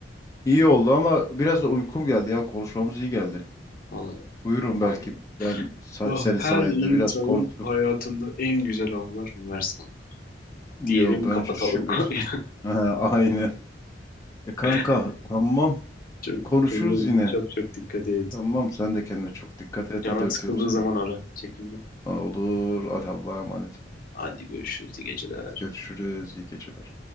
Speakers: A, on the left; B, on the left.
A: İyi oldu ama biraz da uykum geldi ya. Konuşmamız iyi geldi.
B: vallahi
A: Buyurun
B: tam
A: belki ben sa-
B: Ah,
A: senin
B: her
A: sayende
B: insanın
A: biraz konuştuk.
B: hayatında en güzel anlar üniversite anı.
A: Yo
B: Diyelim
A: bence
B: kapatalım
A: şüphesiz.
B: konuyu.
A: <laughs> Ha, Aynen. E kanka
B: <laughs>
A: tamam
B: Çok,
A: konuşuruz
B: kendine
A: yine.
B: çok çok dikkat et.
A: Tamam sen de kendine çok dikkat et
B: Canın
A: hadi öpüyorum
B: sıkıldığı
A: seni.
B: zaman ara. Çekinme.
A: Olur hadi Allah'a emanet.
B: Hadi görüşürüz. İyi geceler.
A: Görüşürüz iyi geceler.